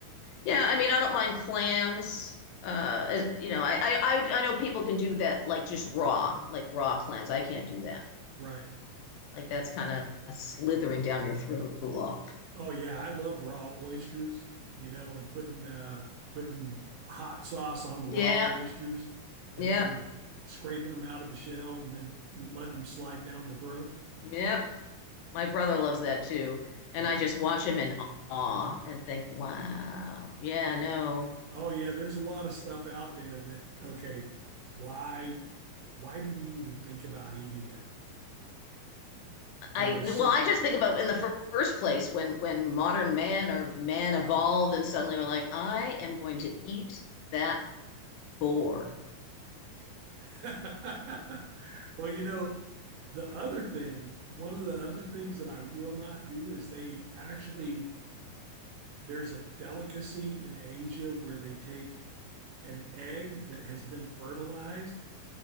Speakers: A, on the left; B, on the right.
A: yeah, I mean, I don't mind clams. Uh, as- you know, I, I, I I know people can do that, like just raw, like raw clams. I can't do that.
B: Right.
A: Like that's kind of slithering down your throat. Ugh.
B: Oh yeah, I love raw oysters, you know, and putting uh putting hot sauce on the raw
A: Yeah,
B: oysters and
A: yep,
B: then scraping them out of the shell and then letting them slide down the throat.
A: yep. My brother loves that too.
B: Yeah.
A: And I just watch him in awe and think, wow, yeah, no.
B: Oh yeah, there's a lot of stuff out there that okay, why why do we even think about eating it when
A: I
B: there's
A: well,
B: so
A: I just think about in the fir- first place when when modern man or man evolved and suddenly we're like, I am going to eat that boar. <laughs>
B: <laughs> Well, you know, the other thing, one of the other things that I will not do is they actually There's a delicacy in Asia where they take an egg that has been fertilized